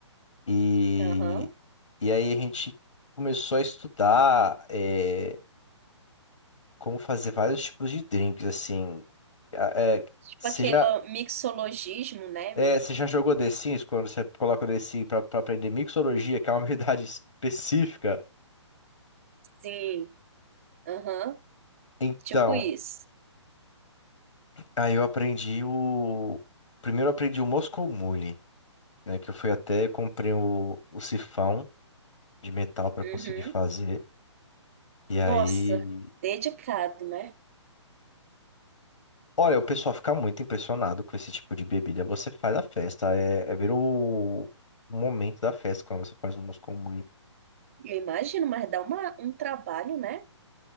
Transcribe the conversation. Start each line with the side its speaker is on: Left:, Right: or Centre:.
Left: e
Right: Aham.
Left: E aí a gente começou a estudar é, como fazer vários tipos de drinks, assim. A- É,
Right: Tipo
Left: você
Right: aquele
Left: já,
Right: mixologismo, né?
Left: é, você já jogou The Sims quando você coloca o The Sims pra, pra aprender mixologia, que é uma habilidade <laughs> específica?
Right: Sim, aham.
Left: Então,
Right: Tipo isso.
Left: aí eu aprendi o... Primeiro eu aprendi o Moscow Mule, né? Que eu fui até, e comprei o, o sifão de metal pra
Right: Uhum.
Left: conseguir fazer. E
Right: Nossa,
Left: aí...
Right: dedicado, né?
Left: Olha, o pessoal fica muito impressionado com esse tipo de bebida. Você faz a festa, é, é ver o, o momento da festa quando você faz um moscou muito.
Right: Eu imagino, mas dá uma, um trabalho, né?